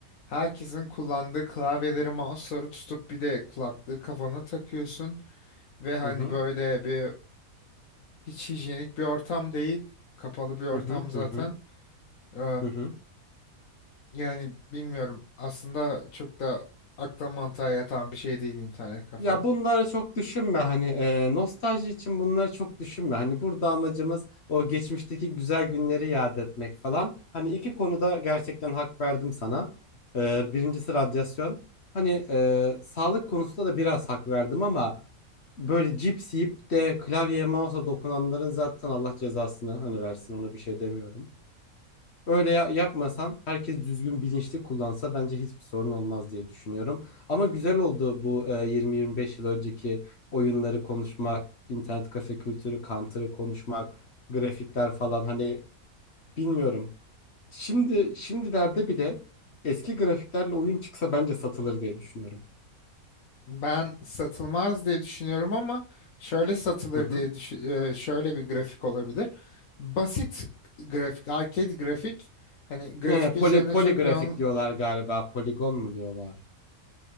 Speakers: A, on the left; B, on the left.
A: herkesin kullandığı klavyeleri, mouse'ları tutup bir de kulaklığı kafana takıyorsun. Ve hani
B: hı
A: böyle bir hiç hijyenik bir ortam değil. Kapalı bir ortam
B: hı hı
A: zaten.
B: hı hı.
A: Ee,
B: hı hı.
A: yani bilmiyorum. Aslında çok da akla mantığa yatan bir şey değil internet kafe.
B: Ya bunları çok düşünme hani e, nostalji için bunları çok düşünme. Hani burada amacımız o geçmişteki güzel günleri yad etmek falan. Hani iki konuda gerçekten hak verdim sana. E, birincisi radyasyon. Hani e, sağlık konusunda da biraz hak verdim ama böyle cips yiyip de klavyeye mouse'a dokunanların zaten Allah cezasını hani versin ona bir şey demiyorum. Öyle ya- yapmasan, herkes düzgün bilinçli kullansa bence hiçbir sorun olmaz diye düşünüyorum. Ama güzel oldu bu e, 20-25 yıl önceki oyunları konuşmak, internet kafe kültürü, Counter'ı konuşmak, grafikler falan hani bilmiyorum. Şimdi şimdilerde bile eski grafiklerle oyun çıksa bence satılır diye düşünüyorum.
A: Ben satılmaz diye düşünüyorum ama şöyle satılır
B: Hı hı.
A: diye düşün e, şöyle bir grafik olabilir. Basit grafik, arcade grafik. Hani grafik
B: He,
A: üzerine
B: poli, poligrafik
A: çok yoğun
B: diyorlar galiba, poligon mu diyorlar?